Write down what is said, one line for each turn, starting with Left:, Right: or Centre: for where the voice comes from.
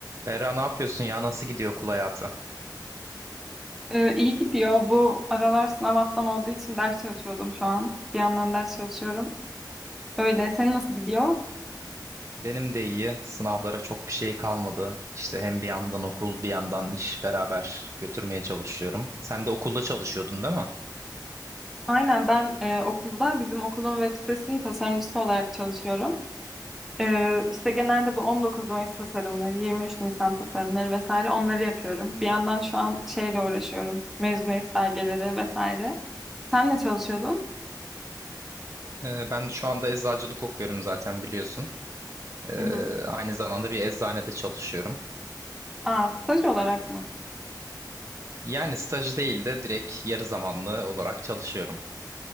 Right: Berra ne yapıyorsun ya? Nasıl gidiyor okul hayatı?
Centre: Ee, iyi gidiyor. Bu aralar sınav haftam olduğu için ders çalışıyordum şu an. Bir yandan ders çalışıyorum. Öyle. Senin nasıl gidiyor?
Right: Benim de iyi. Sınavlara çok bir şey kalmadı. İşte hem bir yandan okul, bir yandan iş beraber götürmeye çalışıyorum. Sen de okulda çalışıyordun değil mi?
Centre: Aynen ben e, okulda bizim okulun web sitesinin tasarımcısı olarak çalışıyorum. Ee, işte genelde bu 19 Mayıs tasarımları, 23 Nisan tasarımları vesaire onları yapıyorum. Bir yandan şu an şeyle uğraşıyorum. Mezuniyet belgeleri vesaire. Sen ne çalışıyordun?
Right: Ee, ben şu anda eczacılık okuyorum zaten biliyorsun. Ee,
Centre: Hı hı.
Right: aynı zamanda bir eczanede çalışıyorum.
Centre: Aa, staj olarak mı?
Right: Yani staj değil de direkt yarı zamanlı olarak çalışıyorum.